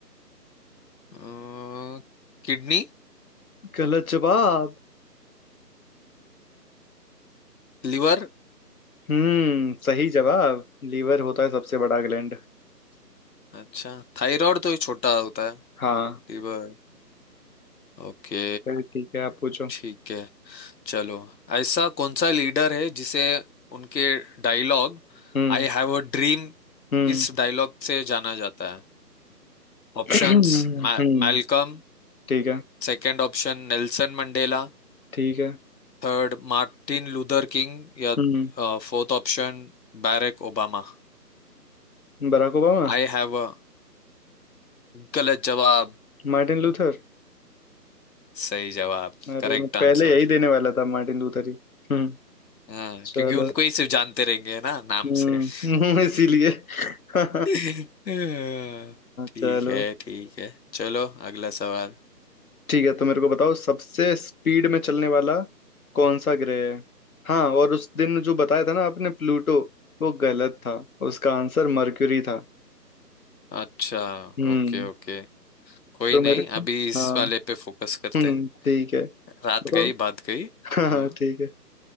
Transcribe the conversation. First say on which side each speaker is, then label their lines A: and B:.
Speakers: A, on the left; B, on the left.
A: अ, किडनी
B: गलत जवाब
A: लिवर
B: हम्म सही जवाब लीवर होता है सबसे बड़ा ग्लैंड
A: अच्छा थायराइड तो ये छोटा होता है
B: हाँ
A: लिवर ओके
B: चलिए ठीक है आप पूछो
A: ठीक है चलो ऐसा कौन सा लीडर है जिसे उनके dialogue
B: हम्म
A: I have a dream
B: हम्म
A: इस डायलॉग से जाना जाता है Options
B: <clears throat> हम्म
A: Malcolm
B: ठीक है
A: Second option Nelson Mandela
B: ठीक है
A: Third Martin Luther King या
B: हम्म
A: fourth option Barack Obama
B: Barack Obama
A: I have a गलत जवाब
B: Martin Luther
A: सही जवाब
B: अरे
A: करेक्ट
B: मैं
A: आंसर
B: पहले यही देने वाला था मार्टिन लूथर ही हम्म
A: हाँ
B: चलो
A: क्योंकि उनको ही सिर्फ जानते रहेंगे ना नाम
B: हम्म
A: से <laughs>
B: <laughs> इसीलिए <laughs> आ,
A: हाँ, ठीक
B: चलो
A: है ठीक है चलो अगला सवाल
B: ठीक है तो मेरे को बताओ सबसे स्पीड में चलने वाला कौन सा ग्रह है हाँ और उस दिन जो बताया था ना आपने प्लूटो वो गलत था उसका आंसर मरक्यूरी था
A: अच्छा
B: हम्म
A: Okay okay कोई
B: तो
A: नहीं
B: मेरे को
A: अभी इस
B: हाँ
A: वाले पे फोकस करते
B: हम्म
A: हैं
B: ठीक है
A: रात
B: बताओ
A: गई बात गई
B: <laughs> हाँ
A: हाँ
B: ठीक है